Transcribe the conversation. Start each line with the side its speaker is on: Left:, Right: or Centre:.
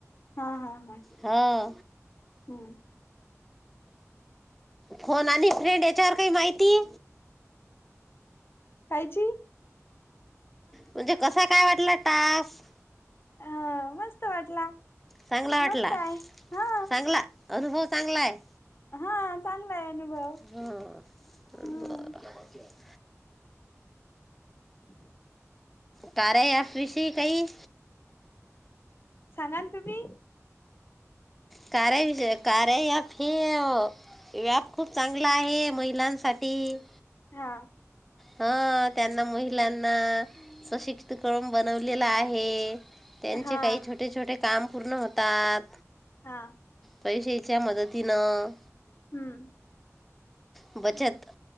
Left: हा हा हां
Centre: हां
Left: हम्म
Centre: फोन आणि फ्रेंड यांच्यावर काही माहिती
Left: कायची.
Centre: म्हणजे कसा काय वाटला टास्क.
Left: हा मस्त वाटला,
Centre: चांगला वाटला
Left: मस्त आहे. हा
Centre: चांगला अनुभव चांगलाय.
Left: हा चांगलाय आहे अनुभव.
Centre: ह बरं.
Left: हम्म हम <unintelligible>
Centre: तारे या एफ विषयी काही.
Left: सांगा ना तुम्ही.
Centre: तारा इज अ काराया ॲप हे वो. हे ॲप खूप चांगल आहे महिलांसाठी.
Left: हा
Centre: हां त्यांना महिलांना. संक्षिप्त करून बनवलेल आहे. त्यांचे
Left: हा
Centre: काही छोटे छोटे काम पूर्ण होतात.
Left: हा.
Centre: पैशच्या मदतीनं
Left: हम्म
Centre: अ बचत.